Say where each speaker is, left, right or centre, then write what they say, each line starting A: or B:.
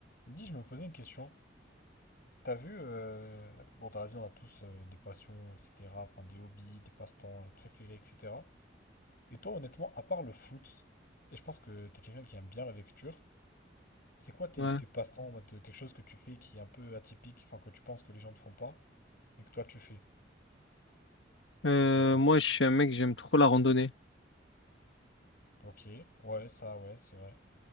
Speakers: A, on the left (about 55°); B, on the left (about 80°).
A: Dis, je me posais une question. T'as vu, euh, bon, dans la vie, on a tous euh, des passions, etc., enfin des hobbies, des passe-temps euh, préférés, etc. Et toi, honnêtement, à part le foot, et je pense que t'es quelqu'un qui aime bien la lecture, c'est quoi tes,
B: Ouais.
A: tes passe-temps en mode euh, quelque chose que tu fais qui est un peu atypique, enfin que tu penses que les gens ne font pas, mais que toi tu fais, de
B: Euh,
A: ton côté?
B: moi, je suis un mec, j'aime trop la randonnée.
A: Ok, ouais, ça, ouais, c'est vrai,